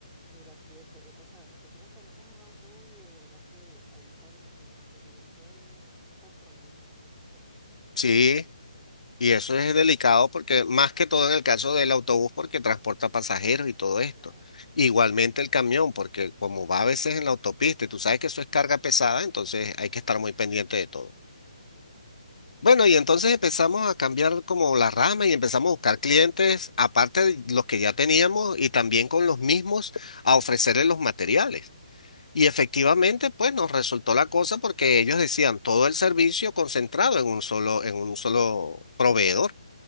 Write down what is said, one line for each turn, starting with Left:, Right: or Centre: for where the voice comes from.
Centre: Mira, sí, ese, o sea, nosotros tenemos un autobús y de verdad que ahorita el, el mantenimiento es un compromiso, como dicen por ahí. Ujú,
Left: Sí,
Centre: sí, señor.
Left: y eso es delicado porque más que todo en el caso del autobús, porque transporta pasajeros y todo esto.
Centre: Claro,
Left: Igualmente el camión, porque como va a veces en la autopista y tú sabes que eso es carga pesada, entonces hay que estar muy pendiente de todo.
Centre: exacto,
Left: Bueno, y entonces empezamos a cambiar como la rama y empezamos a buscar clientes, aparte de los que ya teníamos y también con los mismos, a ofrecerles los materiales. Y efectivamente, pues nos resultó la cosa porque ellos decían todo el servicio concentrado en un solo, en un solo proveedor.